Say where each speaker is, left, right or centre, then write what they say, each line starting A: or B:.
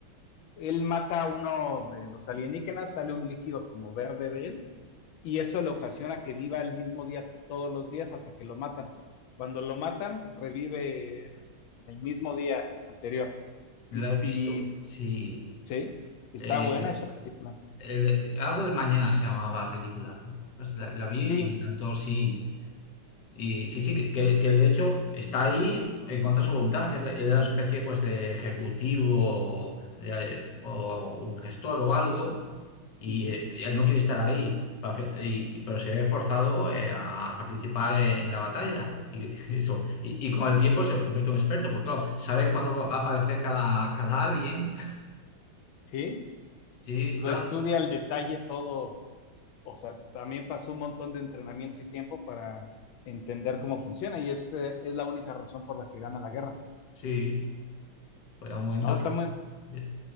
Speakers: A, on the left; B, on the left.
A: él mata a uno de los alienígenas, sale un líquido como verde de él, y eso le ocasiona que viva el mismo día todos los días hasta que lo matan. Cuando lo matan, revive el mismo día anterior.
B: La
A: Y,
B: he visto,
A: y
B: sí.
A: Sí, está
B: Eh,
A: buena esa película.
B: el- algo del mañana se llamaba la película. Pues la, la vi
A: Sí,
B: y me encantó, sí. Y sí, sí, que, que- que de hecho está ahí en contra de su voluntad. Él él era una especie pues de ejecutivo de- eh, o un gestor o algo y,
A: ujú,
B: eh, y él no quiere estar ahí, Pa- y- y- pero se ve forzado eh, a participar en, en la batalla. Y, <laughs> eso. Y, y con el tiempo se convierte en un experto, pues claro, sabe cuándo va va a aparecer cada, cada alien.
A: sí,
B: Sí,
A: lo
B: claro,
A: estudia al detalle todo, o sea, también pasó un montón de entrenamiento y tiempo para entender cómo funciona y es, eh, es la única razón por la que gana la guerra.
B: sí. Pues un momento
A: No, está muy...
B: Eh,